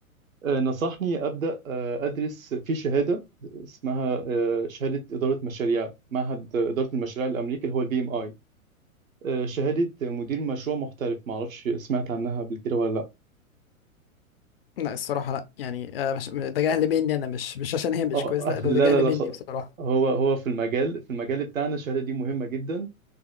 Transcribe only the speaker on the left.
لا الصراحة لا يعني آه، مش ده جهل مني أنا مش مش عشان هي مش
كويس لا ده
ده جهل
مني
بصراحة